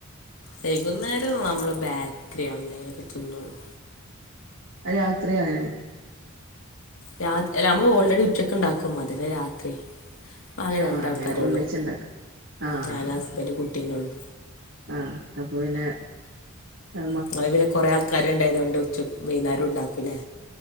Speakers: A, on the left; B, on the right.
A: വൈകുന്നേരം നമ്മള് ബാക്കറിയാ അന്നേരൊക്കെ തിന്നൂള്ളു.
B: രാത്രിയു അങ്ങനെ?
A: രാ അല്ല അമ്മള് ഓൾറെഡി ഉച്ചക്ക്ണ്ടാക്കും. അതന്നെ രാത്രി ആകെ
B: ആഹ്
A: രണ്ടാൾക്കാരെ
B: അങ്ങനെ ഒന്നിച്ചുണ്ടാക്കും
A: ഇള്ളൂ.
B: ആഹ്
A: ഞാന്, ഹസ്ബന്റ് കുട്ടിയല്ലെ ഉള്ളു.
B: ആഹ് അപ്പൊ പിന്നെ മ
A: നിങ്ങള് പിന്നെ കൊറേ ആൾക്കാര്ണ്ടായത് കൊണ്ട് ഉച്ചക്ക് വൈന്നേരോം ഇണ്ടാക്കൂലേ?